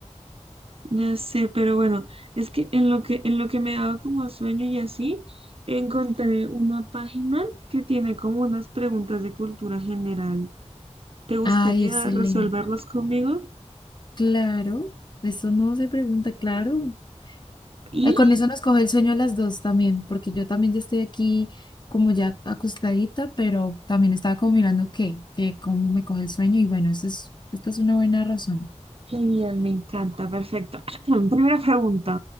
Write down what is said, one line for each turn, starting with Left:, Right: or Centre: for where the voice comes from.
Right: Ya sé, pero bueno, es que en lo que, en lo que me daba como sueño y así, encontré una página que tiene como unas preguntas de cultura general. ¿Te gustaría
Left: Ay, excelente.
Right: resolverlos conmigo?
Left: Claro, eso no se pregunta, claro.
Right: Y
Left: Eh, con eso nos coge el sueño a las dos también, porque yo también ya estoy aquí como ya acostadita, pero también estaba como mirando qué, que cómo me coge el sueño y bueno, eso es, esta es una buena razón.
Right: genial, me encanta, perfecto. <clears throat> Primera pregunta.